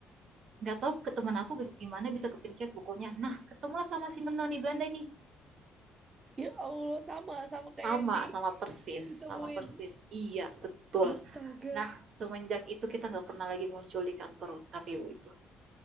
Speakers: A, on the right (about 60°); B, on the right (about 30°).
A: nggak tahu ke teman aku gimana bisa kepencet bukunya nah ketemulah sama si menoni Belanda ini
B: Ya Allah, sama sama kayak
A: sama
B: yang di-
A: sama persis
B: ditemuin.
A: sama persis iya betul
B: Astaga.
A: nah semenjak itu kita nggak pernah lagi muncul di kantor KPU itu